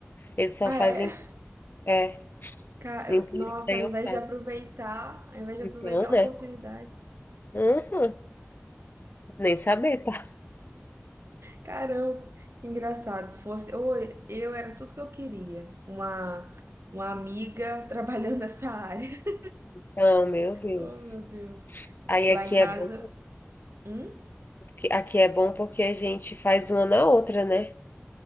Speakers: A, on the left (about 45°); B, on the right (about 70°).
A: Ele só
B: Ah,
A: faz
B: é?
A: lim é,
B: Ca-
A: limpeza,
B: Nossa,
A: daí
B: ao
A: eu
B: invés
A: faço.
B: de aproveitar, ao invés de
A: Então,
B: aproveitar
A: né?
B: a oportunidade.
A: Aham, Nem saber, tá?
B: Caramba, engraçado. Se fosse, ou eu era tudo que eu queria. Uma, uma amiga <laughs> trabalhando nessa área. <laughs>
A: Não, meu Deus.
B: Oh, meu Deus.
A: Aí
B: Lá
A: aqui
B: em casa,
A: é bom,
B: hum?
A: porque- aqui é bom porque a gente faz uma na outra, né?